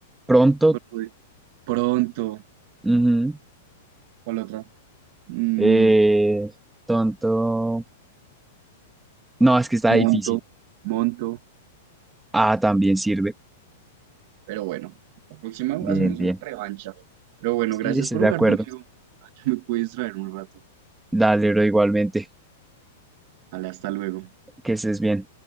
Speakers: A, in the centre; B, on the right.
A: Pronto.
B: cuál pude- Pronto.
A: ujú.
B: ¿Cuál otra? Mm,
A: Eh, tonto. No, es que está difícil.
B: monto, monto.
A: Ah, también sirve.
B: Pero bueno, la próxima
A: Bien,
B: hacemos
A: bien.
B: una revancha. Pero bueno,
A: Sí,
B: gracias
A: estoy
B: por
A: de
B: jugar
A: acuerdo.
B: conmigo. Yo me puedo distraer un rato.
A: Dale, bro, igualmente.
B: Vale, hasta luego.
A: Que estés bien.